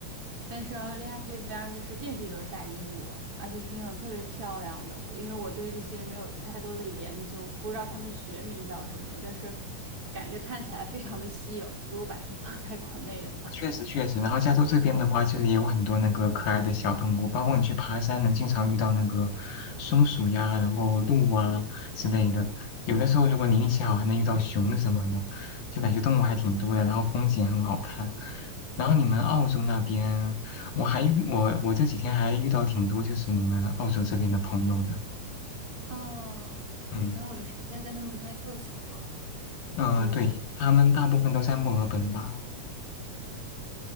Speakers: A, on the right; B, on the left.
A: 但是澳大利亚这边儿就是遍地都是大鹦鹉，而且是那种特别漂亮的。因为我对这些没有太多的研究，不知道它们的学名叫什么，但是感觉看起来非常的稀有。如果把它们 <laughs> 放在国内的话，
B: 确实确实，然后加州这边的话，就是也有很多那个可爱的小动物，包括你去爬山，能经常遇到那个松鼠呀，然后鹿啊之类的。有的时候如果你运气好，还能遇到熊什么的，就感觉动物还挺多的，然后风景很好看。然后你们澳洲那边，我还遇我我这几天还遇到挺多就是你们澳洲这边的朋友的，
A: 哦，
B: 嗯
A: 可能我的时间跟他们不太凑巧。
B: 嗯、
A: 嗯。
B: 呃对，他们大部分都在墨尔本吧？